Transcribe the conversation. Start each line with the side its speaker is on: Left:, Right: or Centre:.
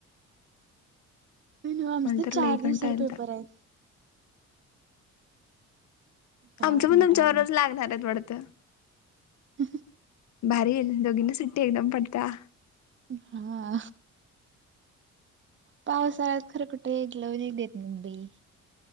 Right: नमस
Left: मला
Right: तर चार
Left: लई
Right: दिवसावर
Left: कंटाळा आलता
Right: पेपर आहेत कंटाळा
Left: आमचं
Right: कंटाळा
Left: पण तुमच्यावर रोज लागणार आहेत वडत
Right: ह
Left: भारी येई दोघींना सुट्टी एकदम पडता
Right: हा पावसाळ्यात खरं कुठे एक लव देत मुबई